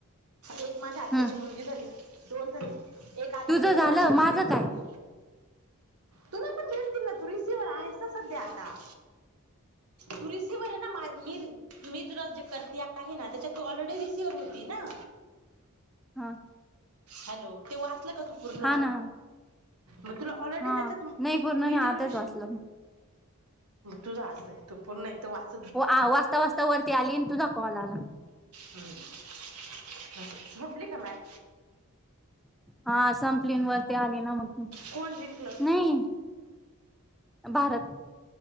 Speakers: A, on the right (about 85°); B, in the centre.
A: एक माझ्या आत्याची
B: हम्म
A: मुलगी झाली. दोन झाले एक आता
B: तुझं
A: मी एक
B: झालं
A: नाशिकचीच
B: माझं
A: एक बाईली.
B: काय
A: तुला पण भेटतील ना तू रिसी्हवर आहेस ना सध्या आता. तुलसीवर आहे ना मी मी तुला जे करते.. नाही ना त्याच्यात तू ऑलरेडी रिसिवर्ह होती ना.
B: हा.
A: हॅलो ते वाचलं का तू पूर्ण
B: हा ना
A: मग तुला ऑलरेडी
B: हा
A: त्याच्यात
B: नाही
A: मी
B: पूर्ण
A: मी
B: नाही
A: जे
B: आताच
A: तुझे.
B: वाचलं मी
A: तुझा असय तू पूर्ण एक वाच
B: आ वाचता वाजता वरती आली तुझा कॉल आला.
A: हम्म झोपली का मॅट
B: हा संपली वर. ते आले ना मग
A: कोण जिंकलं
B: नाही भारत.